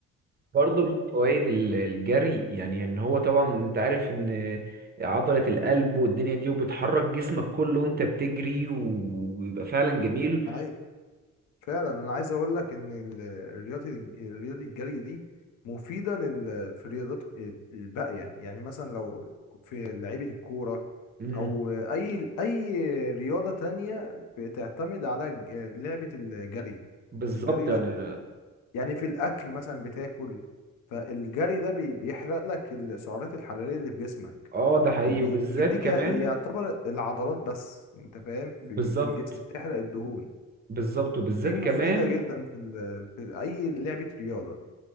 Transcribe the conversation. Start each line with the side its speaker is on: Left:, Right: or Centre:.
Right: برضو من فوائد ال- الجري يعني ان هو طبعا انت عارف ان عضلة القلب والدنيا دي وبتحرك جسمك كله وانت بتجري وبيبقى فعلا جميل
Left: معايا فعلا انا عايز اقول لك ان ال- الرياضه الرياضه الجري دي مفيده لل في الرياضات الباقيه يعني مثلا لو في لعيبه الكوره
Right: امم
Left: او اي اي رياضه تانية بتعتمد على ج- لعبه الجري
Right: بالظبط
Left: إن الجري
Right: يعني
Left: ده يعني في الاكل مثلا بتاكل فالجري ده بي- بيحرق لك السعرات الحراريه اللي في جسمك
Right: اه ده حقيقي
Left: فبيديك
Right: وبالذات كمان
Left: يعتبر العضلات بس انت فاهم
Right: بالظبط
Left: في ال- في الجسم بتحرق الدهون
Right: بالظبط وبالذات
Left: دي مفيدة
Right: كمان
Left: جدا في, ال... في أي لعبة رياضة